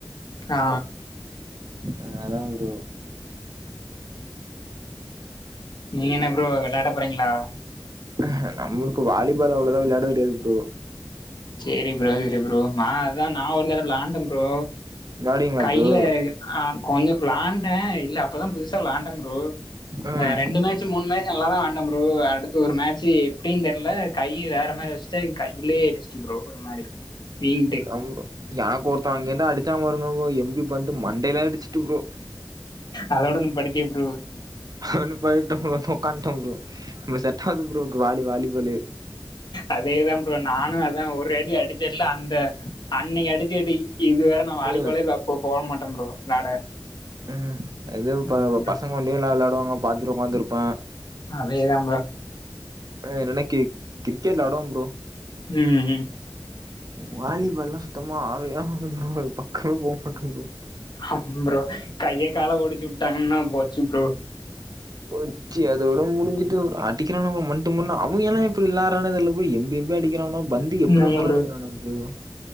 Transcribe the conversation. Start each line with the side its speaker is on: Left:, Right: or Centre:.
Left: ஆ
Right: ஆ அதா ப்ரோ
Left: நீங்க என்ன ப்ரோ வெள்ளாட போறீங்ளா
Right: ஆ ஹா நம்மளுக்கு வாலிபால் அவ்ளோ இதா விளாட தெரியாது ப்ரோ
Left: சேரி ப்ரோ சேரி ப்ரோ நா அதா நா ஒரு தடவ விளாண்ட ப்ரோ
Right: விளையாடுவீங்களா
Left: கையில
Right: ப்ரோ?
Left: ஆ கொஞ்ச வ்ளாண்டே இல்ல அப்பதா புதுசா வ்ளாண்ட ப்ரோ
Right: ம்.
Left: ஆ ரெண்டு மே ட்ச்சு மூணு மேட்ச் நல்லாதா வ்ளான்ட ப்ரோ அடுத்து ஒரு மேட்சு எப்டின்னு தெரில கை வேற மாரி வெச் டே கையிலே அடிச்சிட்டு ப்ரோ ஒரு மாரி வீங்கிட்டு
Right: அம்ப்ரோ எனக்கொர்த அங்கெருந்து அடிச்சா பாருங்க ப்ரோ எம்பி பந்து மண்டைலே அடிச்சுட்டு ப்ரோ
Left: அதோட நிப்பாட்டிடியோ ப்ரோ
Right: அதோட நிப்பாட்டி ட ப்ரோ உக்காண்ட ப்ரோ நமக்கு செட்டாவாது ப்ரோ க்கு வாலி வாலிபாலு
Left: அதேதா ப்ரோ நானு அதா ஒரு அடி அடிச்சேன்ல அந்த அன்னிக்கு அடிச்ச அடி இது வர நா வாலிபாலே
Right: ம்
Left: விளா போ போவே மாட்டே ப்ரோ விளாட
Right: ம் எதுவு ப
Left: ஆமா ப்ரோ
Right: பசங்க ஒண்டியு எல்லா விளயாடுவாங்க பாத்துட்டு உக்காந்துருப்பே
Left: அதேதா ப்ரோ
Right: ஹ இல்லனா கி கிரிக்கெட் வ்ளாடுவோ ப்ரோ
Left: ம் ம்
Right: வாலிபால் லா சுத்தமா ஆவே ஆவாது ப்ரோ அது பக்கமே போமாட்ட ப்ரோ
Left: அம் ப்ரோ கைய கால ஒடிச்சுவுட்டாங்கன்னா போச்சு ப்ரோ
Right: போச்சி அதோட முடிஞ்சிட்டு அடிக்கிறானுங்க மண்டு மண்ணு அவிய்ங்க எல்லா பில்லாரானே தெர்ல ப்ரோ எம்பி எம்பி அடிக்கிறானுவ பந்து எப்டி
Left: ம் ஆமா
Right: வந்தாலு
Left: ப்ரோ
Right: எடுக்குறானுவ ப்ரோ